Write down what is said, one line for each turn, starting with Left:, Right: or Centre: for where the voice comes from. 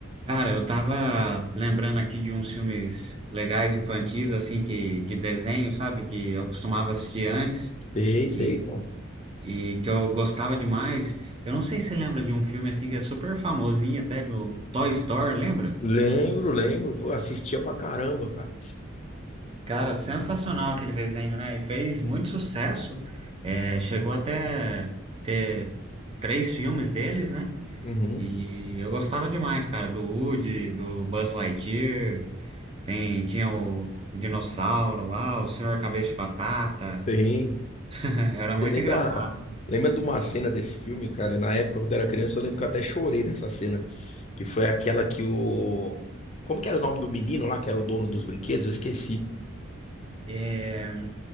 Right: Cara, eu tava lembrando aqui de uns filmes legais infantis, assim, que de desenho, sabe? Que eu costumava assistir antes
Left: Sei, sei,
Right: e,
Left: pô.
Right: e que eu gostava demais. Eu não sei se você lembra de um filme, assim, que é super famosinho, até do Toy Story, lembra?
Left: Lembro, lembro. Pô, assistia pra caramba, cara.
Right: Cara, sensacional aquele desenho, né? E fez muito sucesso. É, chegou até ter três filmes deles, né?
Left: Uhum,
Right: E eu gostava demais, cara, do Woody, do Buzz Lightyear. Tem, tinha o, o dinossauro lá, o senhor cabeça de batata.
Left: bem.
Right: <laughs> Era muito
Left: Você lembra,
Right: engraçado.
Left: lembra de uma cena desse filme, cara? Na época, quando eu era criança, eu lembro que eu até chorei nessa cena. Que foi aquela que o. Como que era o nome do menino lá, que era o dono dos brinquedos? Eu esqueci.
Right: É,